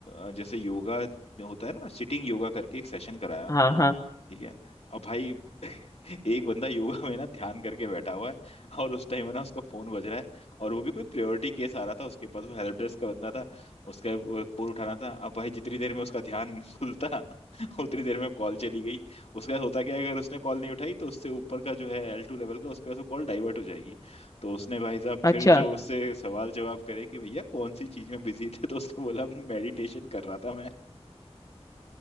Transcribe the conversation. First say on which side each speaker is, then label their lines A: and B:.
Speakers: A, on the left; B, on the left.
A: अ, जैसे योगा होता है ना सिटिंग योगा करके एक सेशन कराया
B: हाँ हाँ
A: ठीक है अब भाई <laughs> एक बंदा योगा में ना ध्यान करके बैठा हुआ है और उस टाइम है ना उसका फोन बज रहा है और वो भी कोई प्रायोरिटी केस आ रहा था उसके पास वो हेल्प डेस्क का बंदा था उसका वो फोन उठाना था अब भाई जितनी देर में उसका ध्यान <laughs> खुलता उतनी देर में कॉल चली गई उसके साथ होता क्या है, अगर उसने कॉल नहीं उठाई तो उससे ऊपर का जो है एल टू लेवल का उसके पास वो कॉल डाइवर्ट हो जाएगी तो उसने भाई साहब
B: अच्छा
A: फिर जो उससे सवाल जवाब करे कि भैया कौन सी चीज में बिजी थे तो उसने बोला मेडिटेशन कर रहा था मैं